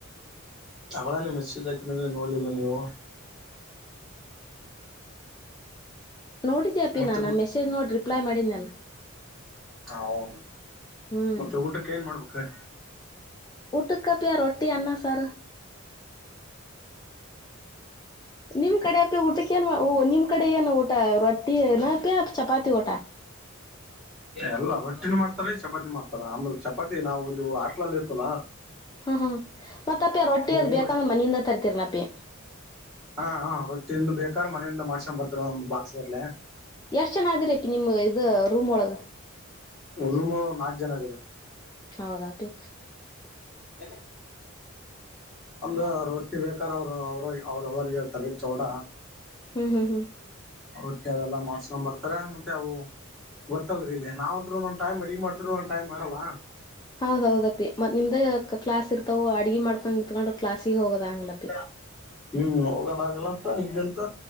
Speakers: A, in the centre; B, on the left.
A: ಅವಳನು ಮೆಸೇಜ್ ಹಾಕಿದ ಅಂದ್ರೆ ನೋಡ್ಿಲ್ಲ ನೀವು.
B: ನೋಡಿದ್ಯಾಾಪ್ಪಿ
A: ಮತ್ತೆ
B: ನಾನು ಮೆಸೇಜ್ ನೋಡಿ ರಿಪ್ಲೈ ಮಾಡಿದ್ದ್ ನಾನ.
A: ಹ ಹೌದು
B: ಹ್ಮ್
A: ಮತ್ತೆ ಊಟಕ್ಕೆ ಏನ್ ಮಾಡ್ಬೇಕು.
B: ಊಟಕ್ಕ ಪೀ ರೊಟ್ಟಿ ಅನ್ನ ಸಾರು. ನಿಮ್ ಕಡೆ ಅಪಿ ಊಟಕ್ಕೆ ಏನ್ ನಿಮ್ ಕಡೆ ಏನ್ ಊಟ ರೊಟ್ಟಿಪಿ ಚಪಾತಿ ಊಟ.
A: ಎಲ್ಲಾ ರೊಟ್ಟಿನ ಮಾಡ್ತಾರ ಚಪಾತಿ ಮಾಡ್ತಾರ ಅಂದ್ರ ಚಪಾತಿ ನಾವು ಇಲ್ಲಿ ಹಾಸ್ಟಲ್ಲ ಇರ್ತವಲ್ಲ.
B: ಹ್ಮ್ ಹ್ಮ್ ಮತ್ತಪ್ಪಿ ಅವು ರೋಟ್ಟಿ ಅದು
A: ರೂಮಲ್ಲಿ
B: ಬೇಕಂದ್ರೆ ಮನಿಂದ ತರ್ತೀರನಪ್ಪಿ.
A: ಹಾ ಹ ರೊಟ್ಟಿದ ಬೇಕಾರ್ ಮನೆಯಿಂದ ಮಾಡ್ಸಕೊಂಡ್ ಬರ್ತರ ಒಮ ಬಾಕ್ಸ್ಡ್ಲೆ.
B: ಎಷ್ಟು ಜನ ಆದಿರಪ್ಪ ನಿಮ್ಮ ಇದು ರೂಮ್ ಒಳಗೆ.
A: ರೂಂ ಒಳಗೆ ನಾಲ್ಕು ಜನ ಅದಿವಿ.
B: ಹೌದಾ ಪೀ.
A: ಏನು. ಅಂದ್ರ ರೊಟ್ಟಿ ಬೇಕಾರ ಅವರು ಅವ್ರ ಅವ್ರ ಅವ್ರ ಹೇಳ್ತಾರೆ ಚೊಡ.
B: ಹ್ಮ್ ಹ್ಮ್ ಹ್ಮ್
A: ರೊಟ್ಟಿ ಅದೆಲ್ಲ ಮಾಡ್ಸ್ಕೊಂಡ್ ಬರ್ತಾರೆ ಮತ್ತೆ ಅವು. ಗೊತ್ತಲ್ರಿ ಇಲ್ಲಿ ನಾವ ಅಂತ್ ಒಂದೊದು ಟೈಮ್ ಅಡಿಗ್ ಮಾಡ್ತೀವಿ ಒಂದೊಂದ್ ಟೈಮ್ ಮಾಡಲ್ಲ.
B: ಹೌದ್ ಹೌದಪ್ಪಿ ಮತ್ ನಿಮ್ದ ಕ್ಲಾಸ್ ಇರ್ತವು ಅಡಿಗೆ ಮಾಡ್ಕೊಂಡು ನಿತ್ಕೊಂಡ್ರರು ಕ್ಲಾಸಗ ಹೋಗೋದು ಆಗದಿಲ್ಲ.
A: <inaudible> ಹ್ಮ್ ಹೋಗೋದಾಗಲ್ಲ ಅಂತ ಇಲ್ಲಿಂತ